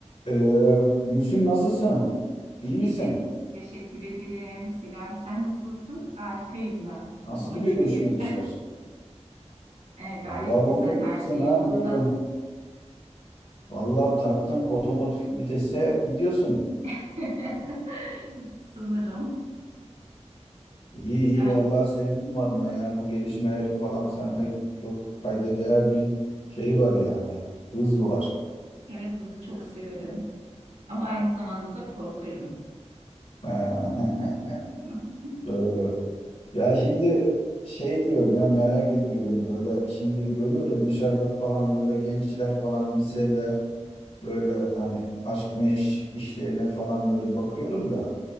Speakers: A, on the left; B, on the right.
A: Ee, Gülsüm nasılsın? İyi misin?
B: Teşekkür, teşekkür ederim. Selam, sen nasılsın? Harikayım ben.
A: Nasıl
B: Bomba
A: gidiyor
B: gibiyim.
A: görüşmeli
B: <laughs>
A: işler?
B: E, gayet
A: Vallahi bomba
B: güzel, her
A: gibisin
B: şey
A: ha
B: yolunda.
A: böyle. Vallahi taktın otomatik vitese gidiyorsun.
B: <laughs> Sanırım.
A: İyi iyi
B: E,
A: vallahi sevindim adına yani bu gelişmeleri falan sende çok kayda değer bir şey var yani. Hız var.
B: evet, hızı çok severim. Ama aynı zamanda da korkarım.
A: <laughs>
B: <laughs>
A: Doğru. Ya şimdi şey diyorum ya merak ediyorum böyle şimdi görüyorum dışarıda falan böyle gençler falan liseler böyle hani aşk meşk işlerine falan böyle bakıyorum da